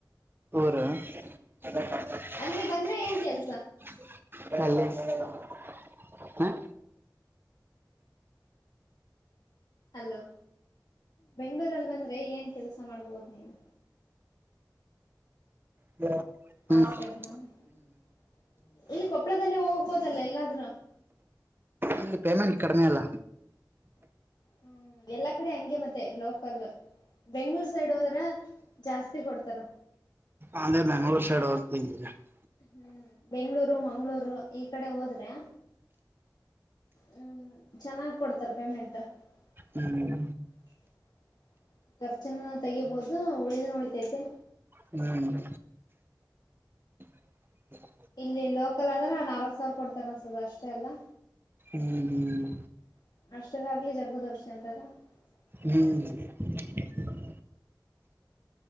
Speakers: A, on the right (about 30°); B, on the left (about 65°).
A: ಊರು. <unintelligible>
B: ಅಲ್ಲಿ ಬಂದ್ರೆ ಏನ್ ಕೆಲ್ಸ
A: ಹಾ
B: ಹಲೋ ಬೆಂಗಳೂರಲ್ಲಿ ಬಂದ್ರೆ ಏನ್ ಕೆಲ್ಸ ಮಾಡ್ಬೋದು ನೀನು.
A: <unintelligible> ಹ್ಮ್
B: ಹಾಸ್ಪಿಟ್ಲ್ <inaudible> ಇಲ್ಲಿ ಕೊಪ್ಪಳದಲ್ಲೇ ಹೋಗ್ಬೋದಲ್ಲ ಎಲ್ಲಾದ್ರೂ
A: ಇಲ್ಲಿ ಪೇಮೆಂಟ್ ಕಡಿಮೆ ಅಲ್ಲ
B: ಹ್ಮ್ ಎಲ್ಲಾ ಕಡೆ ಹಂಗೆ ಮತ್ತೆ ಲೋಕಲ್ <inaudible> ಬೆಂಗ್ಳೂರ್ ಸೈಡ್ ಹೋದ್ರೆ ಜಾಸ್ತಿ ಕೊಡ್ತಾರ.
A: ಅದೇ ಬೆಂಗಳೂರು <unintelligible>
B: ಹ್ಮ್ ಬೆಂಗಳೂರು ಮಂಗಳೂರು ಈ ಕಡೆ ಹೋದ್ರೆ <inaudible> ಹ್ಮ್. ಚೆನ್ನ್ ಕೊಡ್ ಸ ರೂಪಿ ಮಂಟ <unintelligible>
A: ಹ್ಮ್
B: ಕ ಚೆನ್ನ ತೆಗಿಬಹುದು ಉಳಿದ ಉಳಿತೈತೆ
A: ಹ್ಮ್ <inaudible>
B: ಇಲ್ಲಿ ಲೋಕಲ್ ಆದ್ರೆ ನಾಲ್ಕಕ್ ಸಾವಿರ ಕೊಡ್ತಾರ ಅನ್ಸದ ಅಷ್ಟೆ ಎಲ್ಲಾ
A: ಹ್ಮ್ ಹ್ಮ್
B: <unintelligible> ಅಂತಾಲ್ಲ
A: ಹ್ಮ್. ಹ <unintelligible>